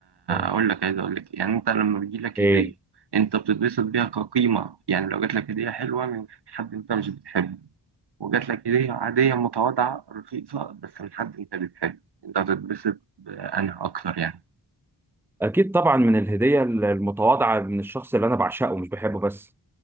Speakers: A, in the centre; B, on the right.
A: ايه
B: اقول لك عايز اقول لك يعني انت لما بيجي لك
A: إيه؟
B: هدية انت بتتبسط بيها كقيمة يعني لو جات لك هدية حلوة من حد انت مش بتحبه وجات لك هدية عادية متواضعة رخيصة بس من حد انت بتحبه انت هتتبسط بأنها اكتر يعني
A: اكيد طبعا من الهديه المتواضعه من الشخص اللي انا بعشقه مش بحبه بس